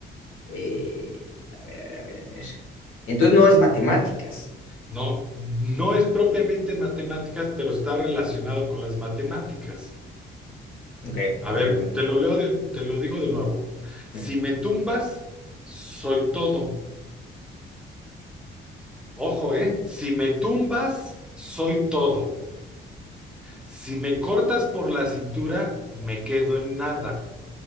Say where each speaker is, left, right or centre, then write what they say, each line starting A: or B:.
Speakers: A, on the left; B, in the centre.
A: Eh, a ver, a ver, a ver. a ver. Entonces no es matemáticas.
B: No, no es propiamente matemáticas, pero está relacionado con las matemáticas.
A: Ok,
B: A
A: ok,
B: ver,
A: bueno.
B: te lo leo de- te lo digo de nuevo. Si
A: Ujú.
B: me tumbas, soy todo. Ojo, ¿eh? Si me tumbas, soy todo. Si me cortas por la cintura, me quedo en nada.